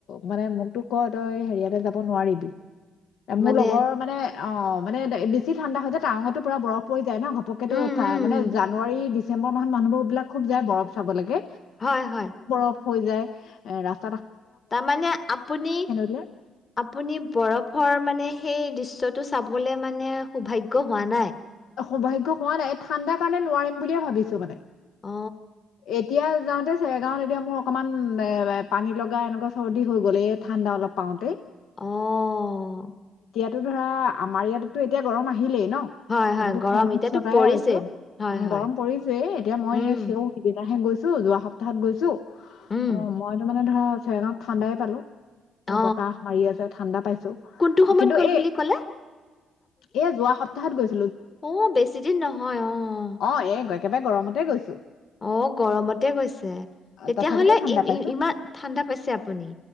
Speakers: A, on the left; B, on the left.
A: মানে মোকতো কয় তই হেৰিয়াতে যাব নোৱাৰিবি এ মোৰ
B: মানে
A: লগৰ মানে অ মানে বেছি ঠাণ্ডা হৈছে যে টাৱঙতো পুৰা বৰফ পৰি য ন ঘপকেতো
B: উম, উম,
A: মানে
B: উম,
A: জানুৱাৰী দি ডিচম্বৰ মাহত মুহবোৰবিল খুব যায় বফ চাব লাগে
B: হয় হয়
A: অফ হৈ যায় এ ৰাস্তা
B: তাৰমানানে আপুনি
A: উলিয়াই
B: আপুনি বৰফৰ মানে সেই দৃশ নিটো চাবলে মানে সৌভাগ্য হোৱা নাই
A: সৌভাগ্য হোৱা নাই ঠাণ্ডা কাৰণে নোৱাৰিম বুলিয় ভিছো মানে
B: অ
A: এতিয়া যাওঁতে চেৰে গাওত এতিয়া মোৰ অকনমান এ পানী লগা এনেকুৱা চৰ্দি হৈ গ'লে এ ঠাণ্ডা অলপ পাওঁতেই
B: অহ
A: এটো ধৰা আমাৰ ইয়াতোতো এতিয়া গৰম আহিলেই ন
B: হয়, হয়,
A: আমিতো
B: গৰম
A: ফেন
B: এতিয়াতো
A: চলাই
B: পৰিছেই।
A: আছো
B: হয়,
A: উ
B: হয়।
A: গৰম পৰিছয় এতিয়া মই
B: উম,
A: সেও সিদনাাহে গৈছো যোৱা সপ্তাহত গৈছো
B: উম,
A: অ মই তো মানে ধৰা চেৰেগত ঠাণ্ডাই পালো
B: অ
A: বতাহ মাৰি আছে ঠাণ্ডা পাইছো
B: কোনটো সময়ত
A: কিন্তু
B: গ'ল
A: এই
B: বুলি ক'লে
A: এয়া যোৱা সপ্তাহত গৈছ
B: আহ বেছিদিন নহয় অহ
A: অ এই একেবাৰে গৰমতে গৈছোঁ
B: অ গৰমতে গৈছে তেতিয়াহলে
A: তথাপিতো ঠাণ্ডা পাইছো
B: ইমান ঠাণ্ডা পাইছে আপুনি